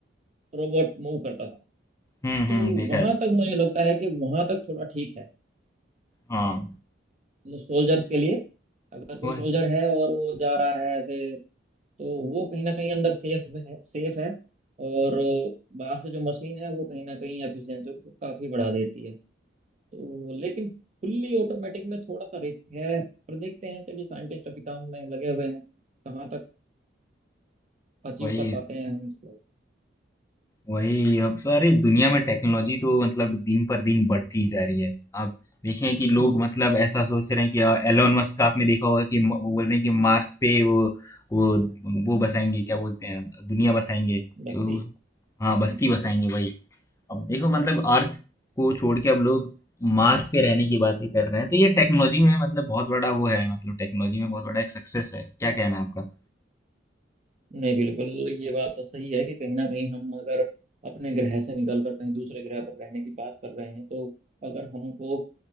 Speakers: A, on the right; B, on the left.
A: रोबोट मूव करता था
B: हुँ,
A: तो
B: हुँ, देखा
A: वहां
B: है।
A: तक मुझे लगता है कि वहां तक थोड़ा ठीक है
B: हाँ,
A: मतलब सोल्जर्स के लिए अगर कोई
B: वही
A: सोल्जर है और वो जा रहा है ऐसे तो वो कहीं ना कहीं अंदर सेफ है सेफ है और बाहर से जो मशीन है वो कहीं ना कहीं एफिशिएंसी को काफी बढ़ा देती है तो लेकिन फुल्ली ऑटोमेटिक में थोड़ा सा रिस्क है पर देखते हैं चलिए साइंटिस्ट अभी काम में लगे हुए हैं कहाँ तक अचीव
B: वही
A: कर पाते हैं हम इसको
B: वही अब तो, अरे दुनिया में टेक्नोलॉजी तो मतलब दिन पर दिन बढ़ती ही जा रही है। आप देखें कि लोग
A: हम्म
B: मतलब ऐसा सोच रहे हैं कि अ, एलोन मस्क का आपने देखा होगा कि म वो बोल रहे हैं कि मार्स पे वो वो वो बसाएँगे क्या बोलते हैं दुनिया बसाएँगे।
A: बस्ती
B: उ हाँ, बस्ती
A: हम्म,
B: बसाएँगे वही। अब देखो मतलब अर्थ को छोड़ के अब लोग मार्स पे रहने की बातें कर रहे हैं। तो ये टेक्नोलॉजी में मतलब बहुत बड़ा वो है मतलब टेक्नोलॉजी में बहुत बड़ा एक सक्सेस है। क्या कहना है आपका?
A: नहीं बिल्कुल ये बात तो सही है कि कहीं ना कहीं हम अगर अपने ग्रह से निकल कर कहीं दूसरे ग्रह पर रहने की बात कर रहे हैं तो अगर हमको अ,